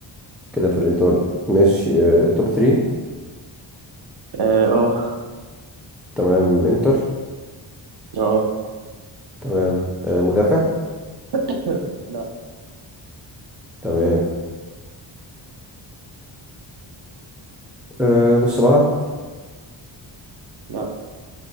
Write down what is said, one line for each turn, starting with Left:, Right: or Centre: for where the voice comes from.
Centre: كده في الايطالي ماشي آه، توب ثري
Right: اه
Centre: تمام انتر
Right: اه آه.
Centre: تمام آه، مدافع
Right: <laughs> لا
Centre: تمام آه، نص ملعب
Right: لا